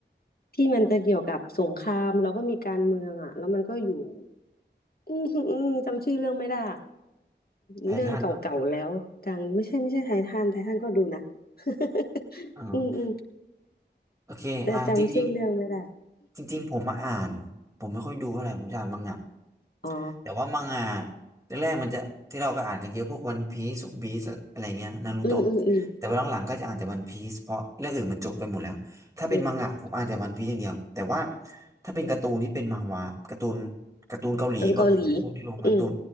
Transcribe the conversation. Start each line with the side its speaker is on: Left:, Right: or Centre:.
Left: ที่มันจะเกี่ยวกับสงครามแล้วก็มีการเมืองอ่ะแล้วมันก็อยู่อืมอืมจำชื่อเรื่องไม่ได้
Right: ไททันเหร
Left: เรื่องเก่าๆแล้วดังไม่ใช่ไม่ใช่ไททันไททันก็ดูนะ <laughs>
Right: อ
Left: อืมอืม
Right: โอเคอ่าจริง
Left: แต่จำชื่อเรื่องไม่ได้
Right: ๆจริงๆผมมาอ่านผมไม่ค่อยดูเท่าไหร่ผมจะอ่านมังงะ
Left: อ๋อ
Right: แต่ว่ามังงะแรกๆมันจะที่เราก็อ่านกันเยอะพวกวันพีซ u บีสอะไรเงี้ยนารูโตะ
Left: อืมอืมอืม
Right: แต่ว่าหลังๆก็จะอ่านแต่วันพีซเพราะเรื่องอื่นมันจบไปหมดแล้วถ้าเป็นมังงะผมอ่านแต่วันพีซอย่างเดียวแต่ว่า
Left: อืม
Right: ถ้าเป็นการ์ตูนที่เป็นมังหวะการ์ตูนการ์ตูนเกาหลีแบบพวกที่ลงการ์ตูน
Left: เป็นเกาหลีอืม